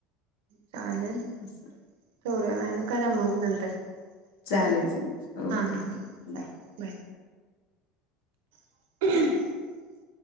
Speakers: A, on the right (about 80°); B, on the left (about 75°).
A: चालेल
B: असं.
A: थोड्या वेळाने करा मग नंतर.
B: चालेल
A: ट
B: चालेल ओके
A: हा हां
B: बाय.
A: हां चालेल बाय. <inaudible>